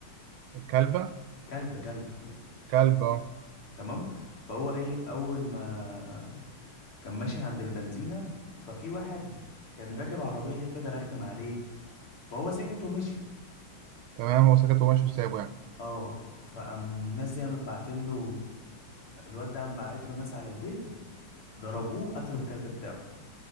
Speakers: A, on the right; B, on the left.
A: كلبه
B: كلب كلب
A: كلبه أهو.
B: تمام فهو ايه اول ما كان ماشي عند البنزينه ففي واحد كان راكب عربيه كده رخم عليه فهو سكت ومشي
A: تمام هو سكت وماشي وسابه يعني
B: اه فقام الناس دي قامت بعتله الواد ده قام باعت له ناس على البيت ضربوه قتلوا الكلب بتاعه